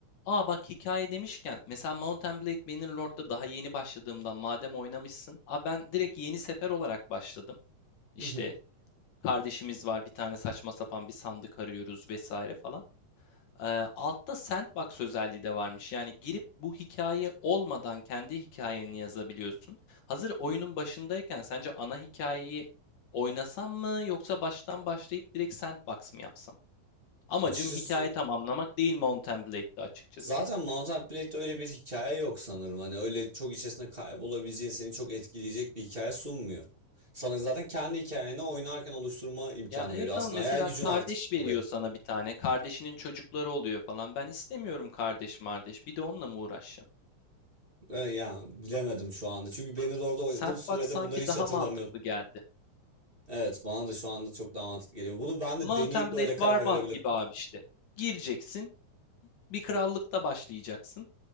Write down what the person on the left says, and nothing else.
Aa bak hikaye demişken mesela Mount and Blade Bannerlord'da daha yeni başladığımdan madem oynamışsın. Aa ben direkt yeni sefer olarak başladım. İşte
kardeşimiz var. Bir tane saçma sapan bir sandık arıyoruz vesaire falan. Ee, altta sandbox özelliği de varmış. Yani girip bu hikaye olmadan kendi hikayeni yazabiliyorsun. Hazır oyunun başındayken sence ana hikayeyi oynasam mı yoksa baştan başlayıp direkt sandbox mı yapsam? Amacım
hikaye tamamlamak değil Mount and Blade'de açıkçası.
Ya evet
ama mesela
kardeş
veriyor sana bir tane. Kardeşinin çocukları oluyor falan. Ben istemiyorum kardeş mardeş. Bir de onunla mı uğraşacağım?
Sandbox
sanki
daha
mantıklı geldi.
Mount
and
Blade
Warband
gibi abi işte. Gireceksin, bir krallıkta başlayacaksın.